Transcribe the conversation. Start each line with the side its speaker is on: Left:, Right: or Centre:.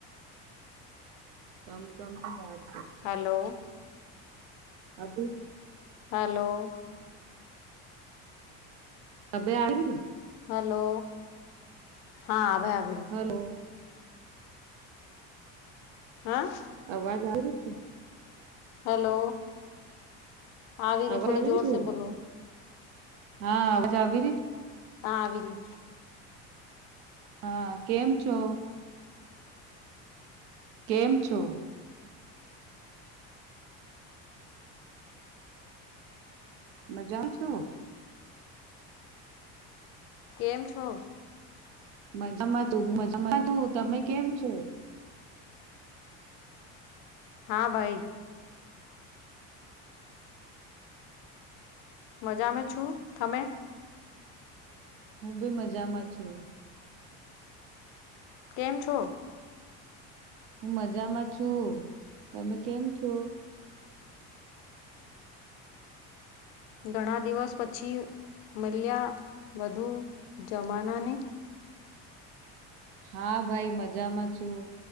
Right: કમ કમની બાત
Left: હલો
Right: હા બેન
Left: હલો
Right: અબે આવેરી ને?
Left: હેલો હા હવે આવેરી.
Right: હલો
Left: હા
Right: અવાજ આવે છે?
Left: હલો આવેરી
Right: અવાજ
Left: થોડી
Right: આવી રહી
Left: જોર
Right: છું
Left: સે બોલો.
Right: હા અવાજ આવી રહી?
Left: હા આવીરી.
Right: હા કેમ છો? કેમ છો? મજામાં છો?
Left: કેમ છો?
Right: મજામાં તું મજામાં તું તમે કેમ છો?
Left: હા ભાઈ મજામે છું. તમે?
Right: હું બી મજામાં છું.
Left: કેમ છો?
Right: હું મજામાં છું. તમે કેમ છો?
Left: ઘણા દિવસ પછી મલ્યા વધુ જમાના ને
Right: હા ભાઈ મજામાં છું.